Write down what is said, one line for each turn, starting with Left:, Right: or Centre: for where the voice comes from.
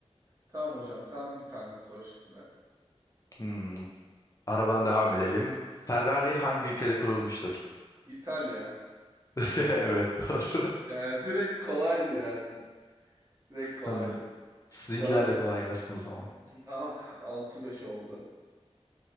Right: Tamam hocam sen bir tane sor şimdi.
Left: hmm. Arabadan devam edelim. Ferrari hangi
Right: Tamam.
Left: ülkede kurulmuştur?
Right: İtalya.
Left: <laughs> Evet doğru.
Right: Yani direkt kolaydı yani. Direkt kolaydı.
Left: Tamam. Sizinkiler
Right: Şu an
Left: de kolay gelsin o zaman.
Right: ah, altı beş oldu.